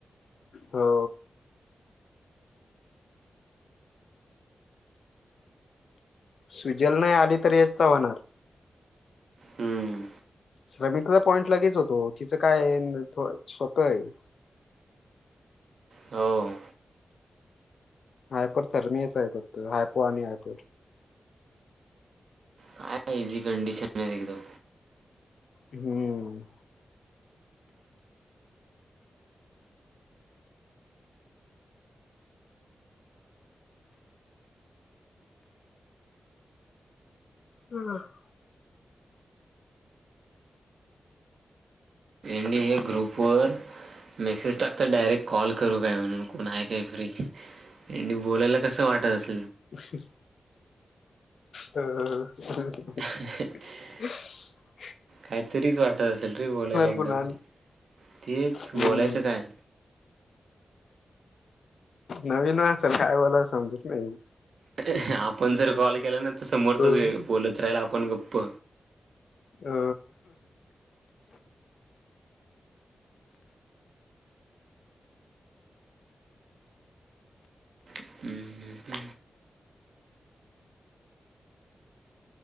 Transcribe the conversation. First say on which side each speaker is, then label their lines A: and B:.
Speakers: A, on the left (about 80°); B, on the right (about 80°).
A: हो. स्विजल नाही आली तरी, यशचा होणार.
B: हम्म.
A: श्रमिकला पॉइंट लगेच होतो, तिचं काय अ न थो <unintelligible> आहे.
B: हो
A: हायपर थर्मीच आहे फक्त, हायपो आणि हायपोर
B: काय इझी कंडिशन आहे एकदम
A: हम्म! <unintelligible> हा
B: आणि हे ग्रुपवर मेसेज टाकतात, डायरेक्ट कॉल करून काय म्हणून, कोण आहे काय फ्री? आणि बोलायला, कसं वाटतं असलं.
A: उशीर हा <unintelligible>
B: <inaudible>
A: ह <inaudible>
B: कायतरीच वाटत असेल रे बोलायला एकदम,
A: पुन्हा
B: तेच
A: हम्म
B: बोलायचं काय?
A: नवीन मानसाला काय बोलाव समजत नाही.
B: <inaudible> आपण जर कॉल केला ना समोरचाच
A: हो
B: व्य बोलत राहिल, आपण गप्प.
A: अ
B: हम्म